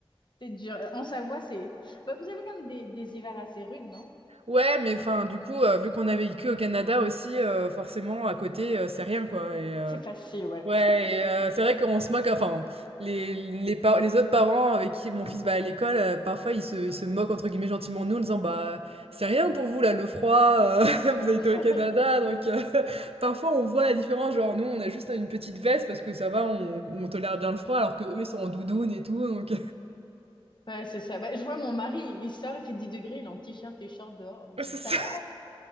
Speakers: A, on the left; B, on the right.
A: C'est dur. En Savoie, c'est. Bah, vous avez quand même des, des hivers assez rudes, non?
B: Ouais, mais enfin, du coup, heu, vu qu'on a vécu au Canada aussi, heu, forcément à côté, heu, c'est rien, quoi et heu
A: C'est facile, ouais.
B: Ouais et heu, c'est vrai qu'on se moque, enfin, les les par les autres parents avec qui mon fils va à l'école, heu, parfois ils se ils se «moquent» entre guillemets gentiment de nous en disant: «Bah, c'est rien pour vous là, le froid, heu, <laughs> vous
A: <laughs>
B: habitez au Canada donc heu» <laughs> parfois on voit la différence, genre nous on a juste une petite veste parce que ça va, on on tolère bien le froid alors que eux ils sont en doudoune et tout donc
A: Ouais, c'est ça. Bah, je vois mon mari, il sort, il fait 10 degrés, il est en t-shirt et short dehors. Je me
B: <laughs>
A: dis,
B: c'est
A: Mais ça
B: ça.
A: va?